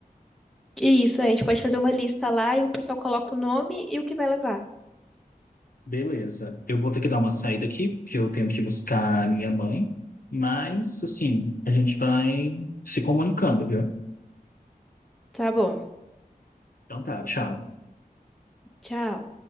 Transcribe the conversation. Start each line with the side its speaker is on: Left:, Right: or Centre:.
Centre: E isso, a gente pode fazer uma lista lá e o pessoal coloca o nome e o que vai levar.
Left: Beleza. Eu vou ter que dar uma saída aqui, porque eu tenho que buscar a minha mãe. Mas, assim, a gente vai se comunicando, viu?
Centre: Tá bom.
Left: Então tá, tchau.
Centre: Tchau.